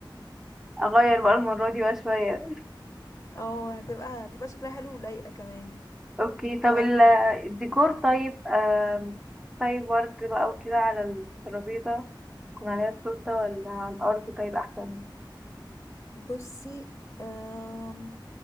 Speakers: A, in the centre; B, on the left.
A: فأغير بقى المرة دي بقى شوية
B: او هتبقى هتبقى شكلها حلو ولايقة كمان
A: اوكي طب
B: كمان
A: ال- الديكور طيب آم، طيب ورد بقى وكده على الترابيزة يكون عليها التورتة ولا على الأرض طيب أحسن
B: بصي آم،